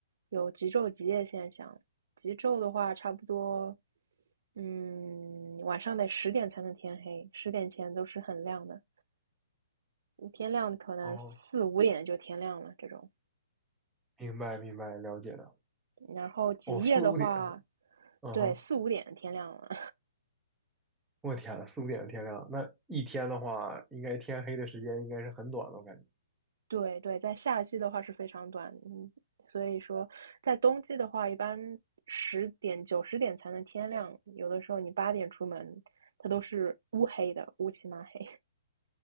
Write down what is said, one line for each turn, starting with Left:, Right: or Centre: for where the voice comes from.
Right: 有极昼极夜现象。极昼的话，差不多，嗯，晚上得十点才能天黑，十点前都是很亮的。天亮可能四五点就天亮了这种，
Centre: 哦，明白明白，了解的。
Right: 然后极夜的话，
Centre: 哦，四五点是吧，嗯哼，
Right: 对，四五点天亮了，
Centre: 我天呐，四五点的天亮，那一天的话，应该天黑的时间应该是很短的，我感觉。
Right: 对对，在夏季的话是非常短，嗯，所以说在冬季的话，一般十点九十点才能天亮，有的时候你八点出门，它都是乌黑的，乌漆嘛黑。